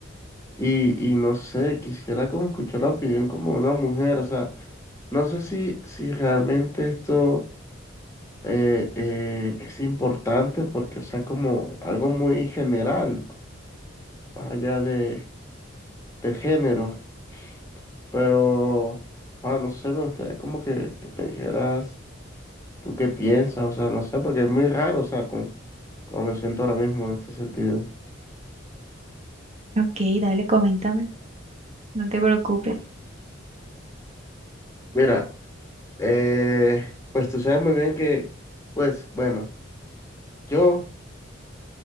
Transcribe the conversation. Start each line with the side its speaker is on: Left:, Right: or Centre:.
Left: y, y no sé, quisiera como escuchar la opinión como de una mujer, o sea, no sé si, si realmente esto eh, eh, es importante porque, o sea, como algo muy general, más allá de, del género, pero, ah, no sé, me gustaría como que, que me dijeras. ¿Tú qué piensas? O sea, no sé, porque es muy raro, o sea, con, como me siento ahora mismo en ese sentido.
Right: Ok, dale, coméntame, no te preocupes.
Left: Mira, eh, pues tú sabes muy bien que, pues, bueno, yo,